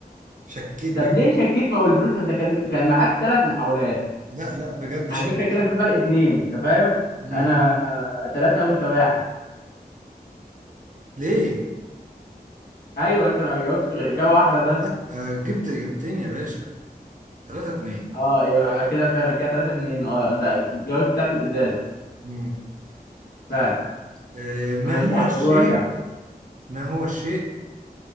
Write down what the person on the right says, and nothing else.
شكيت بجد
لا لا بجد
شكيت
امم
ليه؟
لا آه، جبت إجابتين يا باشا ثلاثة اتنين
مم. طيب
آه، ما
هو
الشيء
ما هو الشيء